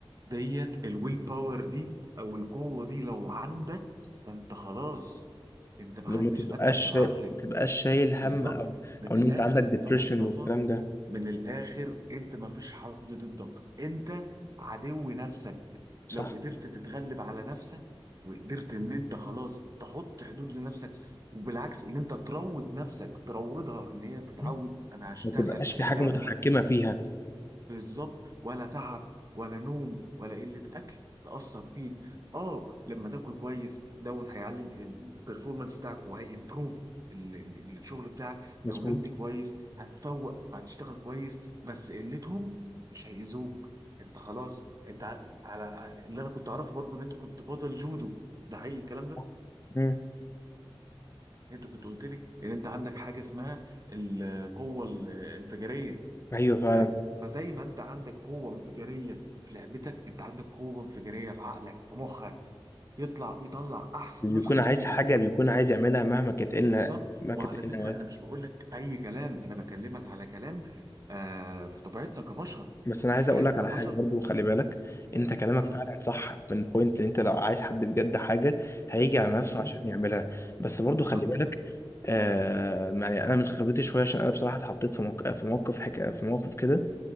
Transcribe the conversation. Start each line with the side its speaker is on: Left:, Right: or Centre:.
Right: ديت الويل باور دي او القوه دي لو عندك انت خلاص انت محدش
Left: لو ما تبقاش
Right: قدك يا معلم
Left: شا- ما تبقاش شايل هم
Right: بالظبط
Left: او
Right: من
Left: او ان
Right: الاخر
Left: انت عندك ديبريشن
Right: يا مصطفى
Left: والكلام ده
Right: من الاخر انت ما فيش حد ضدك انت عدو نفسك
Left: صح
Right: لو قدرت تتغلب على نفسك وقدرت ان انت خلاص تحط حدود لنفسك وبالعكس ان انت تروض نفسك تروضها ان هي تتعود
Left: مم.
Right: انا هشتغل
Left: ما تبقاش
Right: انا
Left: في حاجة
Right: هاجي على
Left: متحكمة
Right: نفسي
Left: فيها
Right: بالظبط ولا تعب ولا نوم ولا قلة أكل تأثر فيك اه لما تاكل كويس دوت هيعلي البرفورمانس بتاعك وهيمبروف ال- ال- الشغل بتاعك لو
Left: مظبوط
Right: نمت كويس هتفوق وهتشتغل كويس بس قلتهم مش هيأذوك انت خلاص انت ع- على اللي انا كنت اعرفه برضو ان انت كنت بطل جودو ده حقيقي الكلام ده
Left: صح. مم.
Right: انت كنت قلت لي ان انت عندك حاجة اسمها القوة الانفجارية
Left: ايوه فعلا
Right: فاهم فزي ما انت عندك قوه انفجاريه في لعبتك انت عندك قوه انفجاريه في عقلك في مخك يطلع يطلع احسن
Left: اللي بيكون
Right: نسخه
Left: عايز
Right: فيك
Left: حاجة بيكون عايز يعملها مهما كانت إيه الن-
Right: بالظبط
Left: مهما
Right: وعلى
Left: كانت إيه
Right: فكره
Left: النواتج
Right: انا مش بقول لك اي كلام انا بكلمك على كلام آه في طبيعتنا كبشر
Left: بس انا عايز اقول
Right: احنا
Left: لك
Right: كبشر
Left: على حاجه برضو خلي بالك انت كلامك
Right: امم
Left: فعلا صح من بوينت ان انت لو عايز حد بجد حاجه هيجي على نفسه
Right: امم
Left: عشان يعملها بس برضو
Right: بالظبط
Left: خلي بالك آه يعني انا من خبرتي شويه عشان انا بصراحه اتحطيت في موقف في موقف حك... في موقف كده